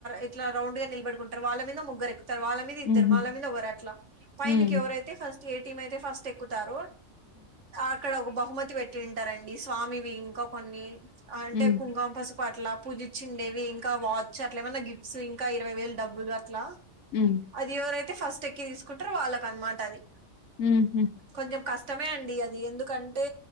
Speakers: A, on the right; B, on the left.
A: ఇట్లా రౌండ్ గా నిలబడుకుంటారు వాళ్ళ మీద ముగ్గురు ఎక్కుతారు వాళ్ళ మీద ఇద్దరు
B: హుహు
A: మళ్ళ మీద ఒకవరు అట్లా పైనకి
B: హ్మ్
A: ఎవరైతే ఫస్ట్ ఏ టీమ్ అయితే ఫస్ట్ ఎక్కుతారో అక్కడ ఒక బహుమతి పెట్టింటారండి స్వామివి ఇంకా కొన్ని అంటే
B: హ్మ్
A: ఇంకా పసుపు అట్ల పూజిచ్చిండేవి ఇంకా వాచ్ అట్లా ఏమన్నా గిఫ్స్ ఇంకా ఇరవై వేల డబ్బులు అట్లా
B: మ్మ్
A: అది ఎవరైతే ఫస్ట్ ఎక్కి తీసుకుంటరో వాళ్ళకనమాట అది
B: మ్మ్
A: కొంచెం కష్టమే అండి అది ఎందుకంటే